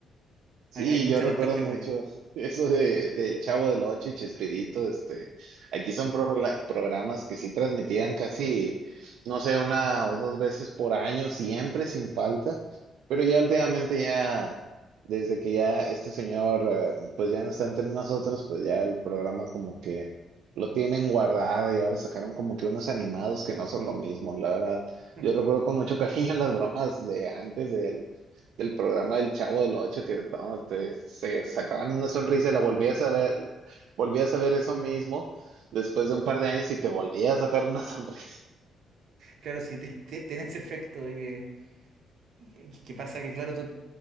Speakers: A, on the right (about 80°); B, on the right (about 65°).
A: Sí,
B: hay, hay mucha
A: yo recuerdo
B: nostalgia
A: mucho
B: por ellos.
A: <laughs> eso de, del Chavo del Ocho y Chespirito, este, aquí son progla- programas que sí transmitían casi, no sé, una o dos veces por año, siempre sin falta, pero ya últimamente ya, desde que ya este señor, eh, pues ya no está entre nosotros, pues ya el programa como que lo tienen guardado y ahora sacaron como que unos animados que no son lo mismo, la verdad,
B: <laughs>
A: yo recuerdo con mucho cariño <laughs> las bromas de antes de él del programa del Chavo del Ocho, que no, te- se sacaban una sonrisa y la volvías a ver, volvías a ver eso mismo después de un par de años y te volvías a sacar una <laughs> sonrisa.
B: Claro, sí, ti- ti- tiene ese efecto de que, que- que pasa que, claro, tú